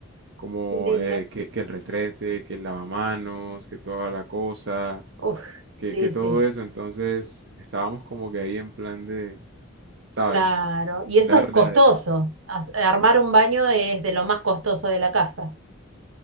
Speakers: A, on the right (about 55°); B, on the right (about 75°).
A: como
B: Qué lindo.
A: eh, que, que el retrete, que el lavamanos, que toda la cosa,
B: Uf,
A: que,
B: sí,
A: que todo
B: sí.
A: eso. Entonces estábamos como que ahí en plan de, ¿sabes?
B: Claro, y
A: Darle
B: eso es costoso.
A: a eso.
B: As- Armar un baño es de lo más costoso de la casa.